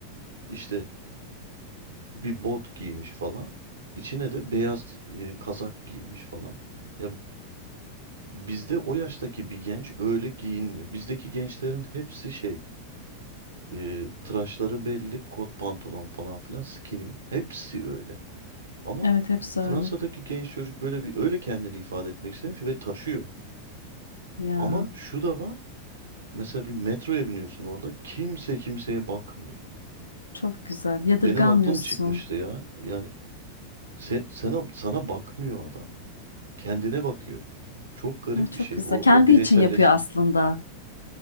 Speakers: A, on the right; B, on the left.
A: İşte bir bot giymiş falan. İçine de beyaz e, kazak giymiş falan. Ya Bizde o yaştaki bir genç öyle giyinmiyor. Bizdeki gençlerin hepsi şey, e, tıraşları belli, kot pantolon falan filan, skinny. Hepsi öyle. Ama
B: Evet, hepsi
A: Fransa'daki
B: öyle.
A: genç çocuk böyle bir öyle kendini ifade etmek istemiş ve taşıyor.
B: Ya.
A: Ama şu da var. Mesela bir metroya biniyorsun orada kimse kimseye bakmıyor.
B: Çok güzel. Yadırganmıyorsun.
A: Benim aklım çıkmıştı ya. Yani se- sana sana bakmıyor adam. Kendine bakıyor. Çok garip
B: Hı, Çok
A: bir şey
B: güzel.
A: o
B: Kendi
A: o bireyselleşme.
B: için yapıyor aslında.